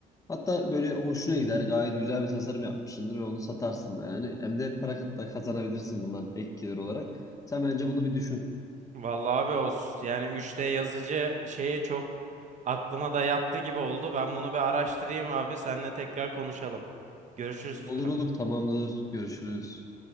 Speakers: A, on the left; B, on the right.
A: Hatta böyle hoşuna gider. Gayet güzel bir tasarım yapmışsındır ve onu satarsın da yani. Hem de para kıt- da kazanabilirsin bundan ek gelir olarak. Sen bence bunu bir düşün.
B: Vallahi abi o s- yani 3D yazıcı şeyi çok aklıma da yattı gibi oldu. Ben bunu bir araştırayım abi. Seninle tekrar konuşalım. Görüşürüz Furkan.
A: Olur olur tamamdır. Görüşürüz.